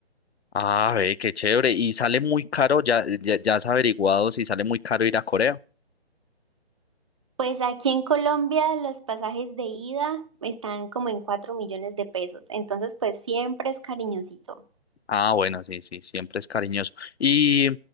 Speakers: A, on the left; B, on the right.
A: Ah, ve, qué chévere. Y sale muy caro, ya, ya, ya has averiguado si sale muy caro ir a Corea.
B: Pues aquí en Colombia los pasajes de ida están como en 4 millones de pesos, entonces pues siempre es cariñosito.
A: Ah, bueno, sí, sí, siempre es cariñoso. Y